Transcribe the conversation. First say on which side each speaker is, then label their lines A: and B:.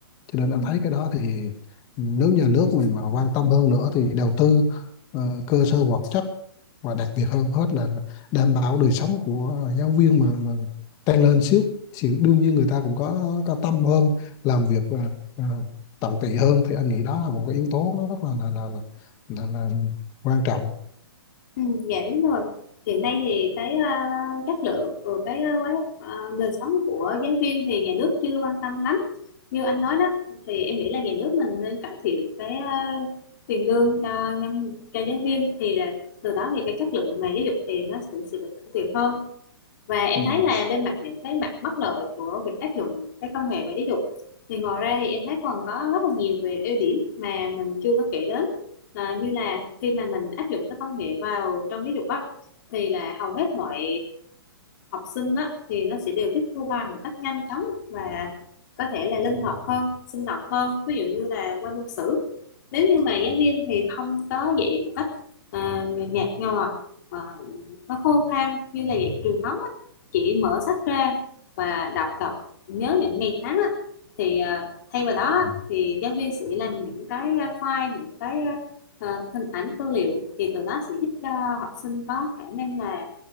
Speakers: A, on the left; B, on the left.
A: cho nên anh
B: Ừ.
A: thấy cái đó thì nếu nhà nước mình mà quan tâm hơn nữa thì đầu tư ờ, cơ sở vật chất và đặc biệt hơn hết là đảm bảo đời sống của giáo viên mà, mà tăng lên xíu thì đương nhiên người ta cũng có có tâm hơn làm việc và tận tụy hơn thì anh nghĩ đó là một cái yếu tố nó rất là là là, là, là, là quan trọng
B: Ừ, dạ đúng rồi. Hiện nay thì cái uh, chất lượng của cái ờ, quá ờ, đời sống của giáo viên thì nhà nước chưa quan tâm lắm. Như anh nói đó thì em nghĩ là nhà nước mình nên cải thiện cái ờ, tiền lương cho nhân cho giáo viên thì là từ đó thì cái chất lượng mà giáo dục thì nó cũng sẽ được cải thiện hơn và em
A: ừ.
B: thấy là bên mặt những cái mặt bất lợi của việc áp dụng cái công nghệ và giáo dục thì ngoài ra thì em thấy còn có rất là nhiều về ưu điểm mà mình chưa có kể đến à, như là khi mà mình áp dụng các công nghệ vào trong giáo dục á thì là hầu hết mọi học sinh á, thì nó sẽ đều tiếp thu bài một cách nhanh chóng và có thể là linh hoạt hơn, sinh động hơn. Ví dụ như là qua môn sử. Nếu như mà giáo viên thì không có dạy một cách à, nhạt nhòa, à, nó khô khan như là dạy truyền thống á, chỉ mở sách ra và đọc đọc nhớ những ngày tháng á, thì à, thay vào đó
A: Ừ.
B: thì giáo viên sẽ làm những cái à, file, những cái à, ờ, hình ảnh tư liệu thì từ đó sẽ giúp cho học sinh có khả năng là